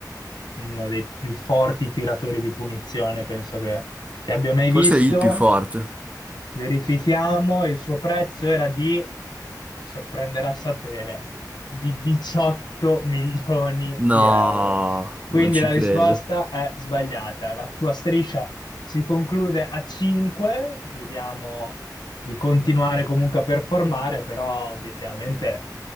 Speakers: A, on the left; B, on the right.
A: uno dei più forti tiratori di punizione, penso che, che abbia mai
B: Forse
A: visto.
B: è il più forte.
A: Verifichiamo, il suo prezzo era di, sorprenderà sapere, di 18 <laughs> milioni
B: No,
A: di euro. Quindi
B: non ci
A: la
B: credo.
A: risposta è sbagliata. La tua striscia si conclude a 5, vediamo di continuare comunque a performare, però obiettivamente